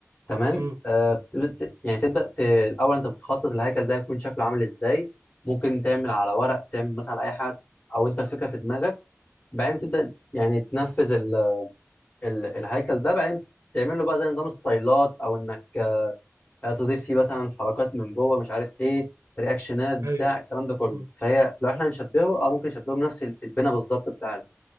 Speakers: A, on the left; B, on the right.
A: تمام
B: مم.
A: آه، بت- بت- يعني تبدا ت- الاول انت بتخطط الهيكل ده يكون شكله عامل ازاي ممكن تعمل على ورق تعمل مثلا اي حاجه او انت الفكره في دماغك بعدين تبدا يعني تنفذ ال ال الهيكل ده بعدين تعمل له بقى زي نظام ستايلات او انك آه، تضيف فيه مثلا حركات من جوه مش عارف ايه رياكشنات بتاع
B: ايوه
A: الكلام ده كله
B: مم.
A: فهي لو احنا هنشبهه اه ممكن نشبهه بنفس البناء بالظبط بتاع ال-